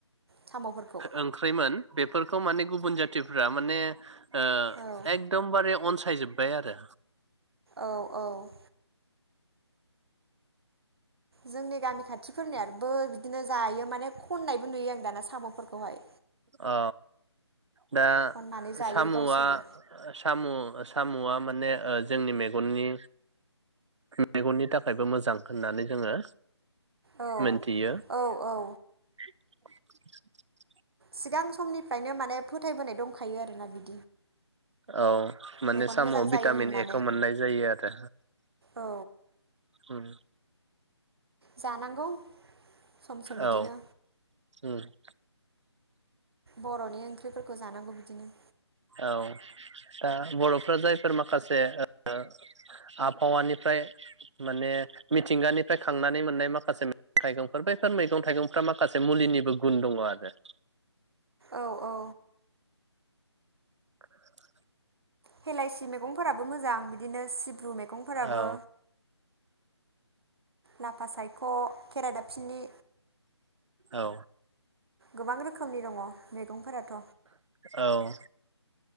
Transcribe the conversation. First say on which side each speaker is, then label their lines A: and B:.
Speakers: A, on the right; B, on the right.
A: सामफोरखौ।
B: ओंख्रिमोन बेफोरखौ माने गुबुन जातिफ्रा माने ओ
A: औ
B: एकदमबारे अन सायजोबबाय आरो।
A: औ औ। जोंनि गामि खाथिफोरनियबो बिदिनो जायो माने खननायबो नुयो आं दाना सामफोरखौहाय।
B: ओ। दा
A: खननानै जायो
B: सामआ
A: गावसोरबो
B: साम सामआ माने जोंनि मेगननि मेगननि थाखायबो मोजां होननानै जोङो
A: औ
B: मोनथियो
A: औ औ।
B: <inaudible>
A: सिगां समनिफ्रायनो माने फोथायबोनाय दंखायो आरोना बिदि।
B: औ माने
A: मेगन
B: सामआव
A: मोजां जायो
B: भिटामिन
A: होननानै
B: ए खौ मोननाय जायो आरो
A: औ
B: उम।
A: जानांगौ सम सम बिदिनो
B: औ उम। <inaudible>
A: बरनि ओंख्रिफोरखौ जानांगौ बिदिनो।
B: औ ओ दा बरफ्रा जायफोर माखासे आबहावानिफ्राय माने मिथिंगानिफ्राय खांनानै मोननाय माखासे मैगं थाइगंफोर बैफोर मैगं थाइगंफ्रा माखासे मुलिनिबो गुन दङ आरो।
A: औ औ।
B: <inaudible>
A: हेलाइसि मैगं फोराबो मोजां। बिदिनो सिब्रु मैगंफोराबो
B: औ
A: लाफा सायख खेराइदाबफिनि।
B: औ।
A: गोबां रोखोमनि दङ। मैगंफोराथ'
B: औ।